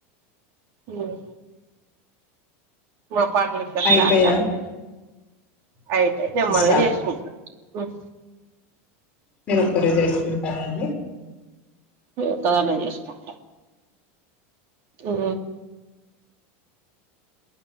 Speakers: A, on the right; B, on the left.
A: హమ్ మా పాటలు ఇక్కడ
B: అయిపోయా
A: స్టడగాలదండి ఆయితయితే చెమ్మల్
B: స్టార్ట్
A: చేసుకోడి హమ్
B: మీరు ఒక్కరే చేసుకుంటారండి
A: నేను ఒక్కదాన్నే చేసుకుంటా ఉ